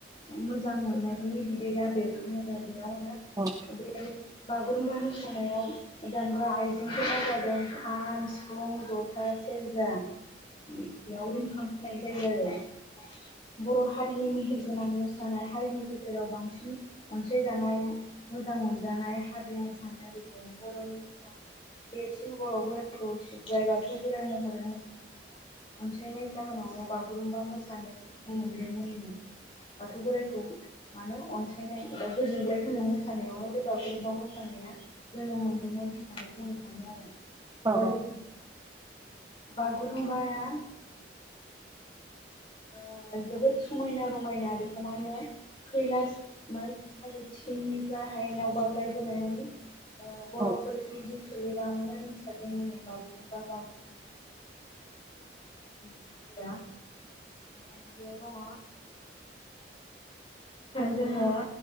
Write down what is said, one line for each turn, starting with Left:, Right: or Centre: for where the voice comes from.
Left: मोजां मोननाय नोंनि बिदैआ बेरखाङोनो बेयावनो
Right: औ
Left: बेयाव बागुरुम्बा मोसानायाव गोदानग्रा आइजेंफोर जादों खाम सिफुं जथा सेरजा बेयाव रिंखां <unintelligible> बर' हारिनि मेहेर गोनां मोसानाय हारिनि गेर जेराव बांसिन अनसायजानाय मोजां मोनजानाय हारि मोसानाय आरो बर'नि देर जन बर' बोराइखौ सिब्राय बाथौ गोराइ महरै मख'नानै आरो अनसायनाय जाहोनावनो बागुरुमबा मोसानाय मोनदों होननो बाथौ बोराइखौ मानो अनसायनाय एबा गोजोनग्लाय होनो मोसानायावनो बेबा बोरेबा मोसानाया जोनोम मोनदोंमोन मखौ आं थाङो आरो
Right: औ
Left: बलि बागुरुमबाया ओ जोबोद समायना रमायना बेखौ म होनो खैला म हालो थिखिनिनिफ्राय हायेनाव बाग्लायबोनाय माने ओ
Right: औ
Left: बर'फोरनि जिउ सोलेरेरावावनो रोंसारदोंमोनोंबाबो <unintelligible> फोरा बेयो दङ जोङो